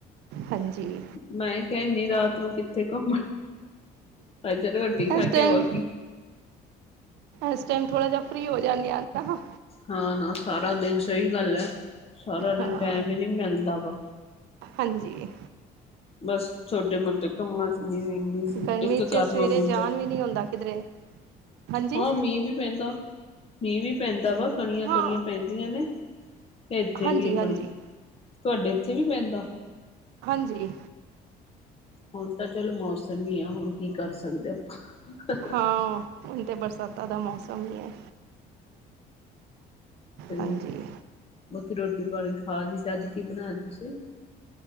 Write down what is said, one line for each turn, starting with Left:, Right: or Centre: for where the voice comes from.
Right: ਹਾਂਜੀ।
Left: ਮੈਂ ਕਹਿਦੀ ਏਨੀ ਰਾਤ ਨੂੰ ਕਿੱਥੇ ਘੁੰਮਣ? ਅ ਚਲੋ ਰੋਟੀ ਖਾ
Right: ਇਸ
Left: ਕੇ
Right: ਟਾਈਮ
Left: ਹੋਰ ਕੀ
Right: ਇਸ ਟੈਮ ਥੋੜਾ ਜਿਹਾ ਫਰੀ ਹੋ ਜਾਂਦੇ ਆ ਨਾ।
Left: ਹਾਂ ਨਾ ਸਾਰਾ ਦਿਨ ਸਹੀ ਗੱਲ ਹੈ ਸਾਰਾ
Right: ਹਾਂ
Left: ਦਿਨ ਟੈਮ ਹੀ ਨਹੀਂ ਮਿਲਦਾ ਵਾ
Right: ਹਾਂਜੀ
Left: ਬਸ ਛੋਟੇ ਮੋਟੇ ਕੰਮਾਂ ਚ ਬਿਜੀ -ਬਿਜੀ
Right: ਗਰਮੀ
Left: ਇੱਕ
Right: 'ਚ
Left: ਕਰਲੋ
Right: ਸਵੇਰੇ
Left: ਦੂਜਾ
Right: ਜਾਣ ਵੀ ਨਹੀਂ ਹੁੰਦਾ ਕਿਧਰੇ ਹਾਂਜੀ
Left: ਹਾਂ, ਮੀਂਹ ਵੀ ਪੈਂਦਾ ਮੀਂਹ ਵੀ ਪੈਂਦਾ ਵਾ ਕਣੀਆਂ-
Right: ਹਾਂ
Left: ਕਣੀਆਂ ਪੈਂਦੀਆਂ ਨੇ, ਤੇ ਇੱਥੇ
Right: ਹਾਂਜੀ
Left: ਵੀ ਅਪਣੇ
Right: ਹਾਂਜੀ
Left: ਤੁਹਾਡੇ ਇੱਥੇ ਵੀ ਪੈਂਦਾ?
Right: ਹਾਂਜੀ।
Left: ਹੁਣ ਤਾਂ, ਚਲੋ ਮੌਸਮ ਹੀ ਆ ਹੁਣ ਕੀ ਕਰ ਸਕਦੇ ਆਪਾਂ।
Right: ਹਾਂ, ਹੁਣ ਤੇ ਬਰਸਾਤਾਂ ਦਾ ਮੌਸਮ ਹੀ ਹੈ।
Left: ਤੇ
Right: ਹਾਂਜੀ
Left: ਬਾਕੀ ਰੋਟੀ ਪਾਣੀ ਖਾ ਲਈ ਸੀ ਅੱਜ ਕੀ ਬਣਾਇਆ ਤੁਸੀਂ